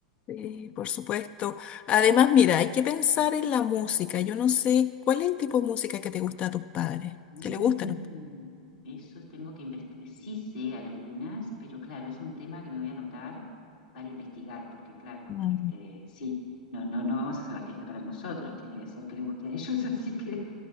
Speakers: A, on the left; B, on the left.
A: Sí, por supuesto. Además, mira, hay que pensar en la música. Yo no sé cuál es el tipo de música que te gusta a tus padres,
B: Mm,
A: que le gusta a
B: eso tengo que investigar. Sí sé algunas, pero claro, es un tema que me voy a anotar para investigar, porque claro,
A: los...
B: este, sí, no, no, no vamos a hacer la fiesta para nosotros, tiene que hacer que le guste a ellos, <laughs> así que